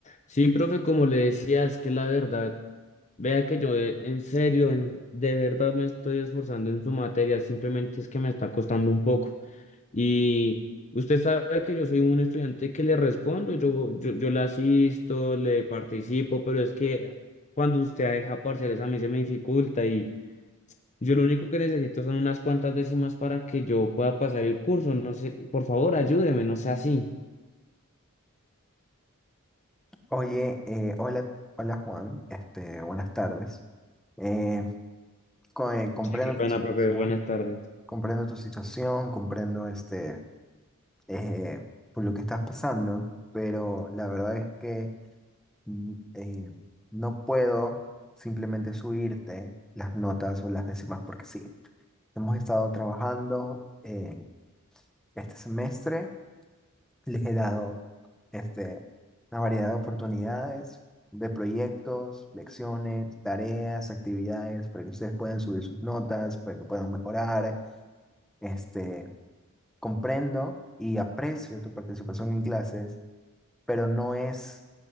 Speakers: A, on the left; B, in the centre.
A: Sí, profe, como le decía, es que la verdad, vea que yo eh, en serio, en- de verdad me estoy esforzando en su materia, simplemente es que me está costando un poco. Y usted sabe que yo soy un estudiante que le respondo, yo, yo, yo le asisto, le participo, pero es que cuando usted deja parciales a mí se me dificulta y yo lo único que necesito son unas cuantas décimas para que yo pueda pasar el curso. No sé, por favor, ayúdeme, no sea así.
B: Oye, eh, hola, hola Juan, este, buenas tardes. Eh, co- eh, comprendo
A: Sí, qué pena,
B: tu situación,
A: profe, buenas tardes.
B: comprendo tu situación, comprendo este, eh, por lo que estás pasando, pero la verdad es que mm, eh, no puedo simplemente subirte las notas o las décimas porque sí. Hemos estado trabajando eh, este semestre. les he dado este, una variedad de oportunidades, de proyectos, lecciones, tareas, actividades, para que ustedes puedan subir sus notas, para que puedan mejorar. Este, comprendo y aprecio tu participación en clases, pero no es